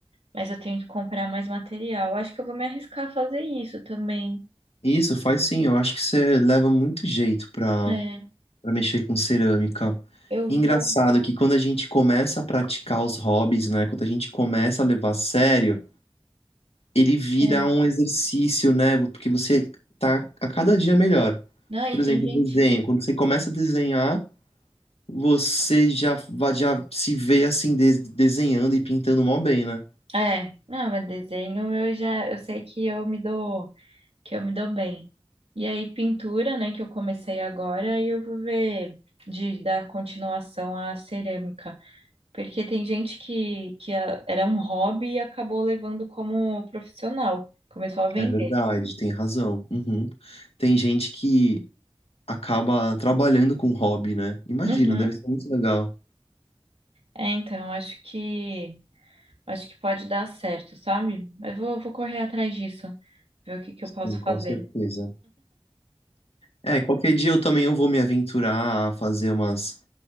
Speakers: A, on the right; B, on the left.
A: Mas eu tenho que comprar mais material. Eu Acho que eu vou me arriscar a fazer isso também.
B: Isso, faz sim. Eu acho que você leva muito jeito pra,
A: É,
B: pra mexer com cerâmica.
A: eu
B: Engraçado
A: vou.
B: que quando a gente começa a praticar os hobbies, né? Quando a gente começa a levar a sério, ele vira
A: É.
B: um exercício, né? Porque você tá a cada dia melhor.
A: Não, e
B: Por exemplo,
A: tem gente.
B: desenho. Quando você começa a desenhar, você já, va- já se vê assim, des- desenhando e pintando mó bem, né?
A: É, não, mas desenho eu já, eu sei que eu me dou, que eu me dou bem. E aí pintura, né, que eu comecei agora, e eu vou ver de dar continuação à cerâmica. Porque tem gente que, que ah, era um hobby e acabou levando como profissional, começou a vender.
B: É verdade, tem razão. Uhum. Tem gente que acaba trabalhando com hobby, né? Imagina,
A: Uhum.
B: deve ser muito legal.
A: É, então, acho que acho que pode dar certo, sabe? Eu vou, vou correr atrás disso, ver o que que
B: Sim,
A: eu posso
B: com
A: fazer.
B: certeza. É, qualquer dia eu também eu vou me aventurar a fazer umas